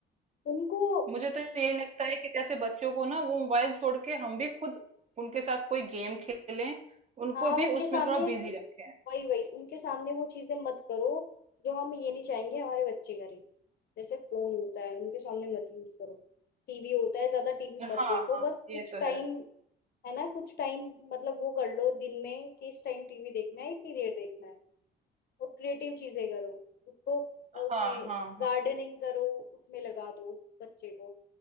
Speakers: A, on the left; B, on the right.
A: उनको
B: मुझे तो यही लगता है कि जैसे बच्चों को ना वो मोबाइल छोड़ के हम भी खुद उनके साथ कोई गेम खेलें उनको
A: हाँ
B: भी
A: उनके
B: उसमें
A: सामने
B: थोड़ा बिजी रखें
A: वही वही उनके सामने वो चीजें मत करो जो हम ये नहीं चाहेंगे हमारे बच्चे करें जैसे फोन होता है उनके सामने मत यूज करो टीवी होता है ज्यादा टीवी
B: हाँ
A: मत देखो
B: हाँ
A: बस
B: ये
A: कुछ
B: तो
A: टाइम
B: है
A: है ना कुछ टाइम मतलब वो कर लो दिन में कि इस टाइम टीवी देखना है इतनी देर देखना है और क्रिएटिव चीजें करो उसको अ, उसमें
B: हाँ हाँ
A: गार्डनिंग
B: हाँ
A: करो उसमें लगा दो बच्चे को